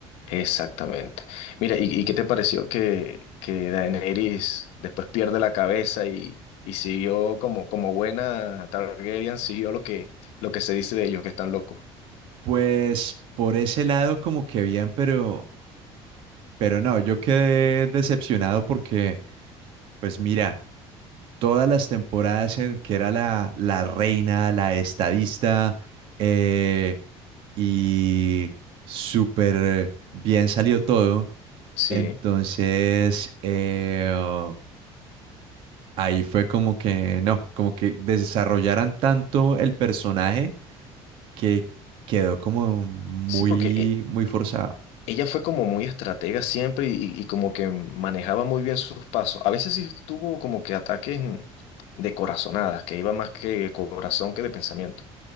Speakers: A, on the left (about 65°); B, on the right (about 50°).
A: Exactamente. Mira, ¿y, y qué te pareció que, que Daenerys después pierde la cabeza y, y siguió como, como buena Targaryen, siguió lo que, lo que se dice de ellos, que están locos?
B: Pues por ese lado como que bien, pero, pero no, yo quedé decepcionado porque, pues mira, todas las temporadas en que era la, la reina, la estadista, eh, y súper bien salió todo
A: Sí,
B: Entonces, eh, oh, ahí fue como que, no, como que desarrollaran tanto el personaje que quedó como muy,
A: sí, porque e-
B: muy forzado.
A: ella fue como muy estratega siempre y, y como que manejaba muy bien sus pasos. A veces sí tuvo como que ataques de corazonadas, que iba más que corazón que de pensamiento,